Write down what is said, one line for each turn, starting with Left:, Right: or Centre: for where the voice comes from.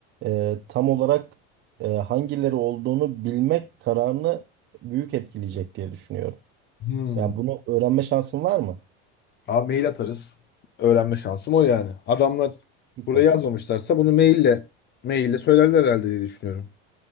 Right: e, tam olarak e, hangileri olduğunu bilmek kararını büyük etkileyecek diye düşünüyorum.
Left: Hmm.
Right: Yani bunu öğrenme şansın var mı?
Left: Abi mail atarız. Öğrenme şansım o yani. Adamlar
Right: Süper.
Left: buraya yazmamışlarsa bunu maille maille söylerler herhalde diye düşünüyorum.